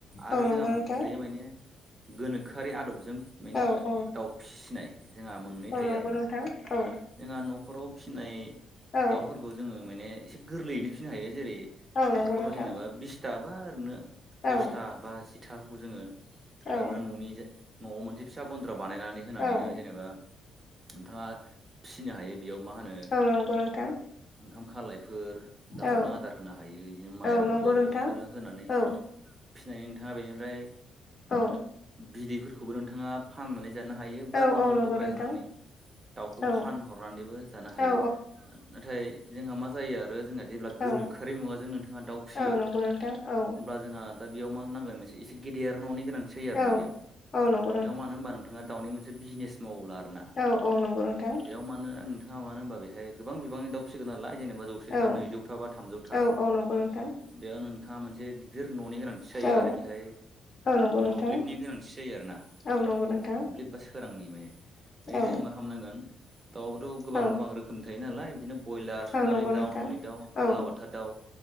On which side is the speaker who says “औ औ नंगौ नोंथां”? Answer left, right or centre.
Left